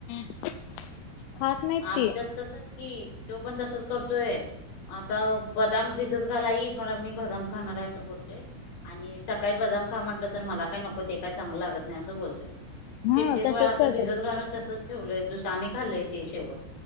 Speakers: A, on the left; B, on the left.
A: <unintelligible>
B: आमच्यात
A: ती
B: तसंच की, त्यो पण तसंच करतोय. आता बदाम भिजत घाल आई मला, मी बदाम खाणाराय असं बोलतोय आणि सकाळी बदाम खा म्हटलं तर, मला काय नको ते काय चांगलं लागत नाय असं बोलतोय.
A: हा
B: कित्येक
A: तसच
B: वेळा असं
A: करतात
B: भिजत घालून तसंच ठेवलंय. दुस आम्ही खाल्लय ते शेवट.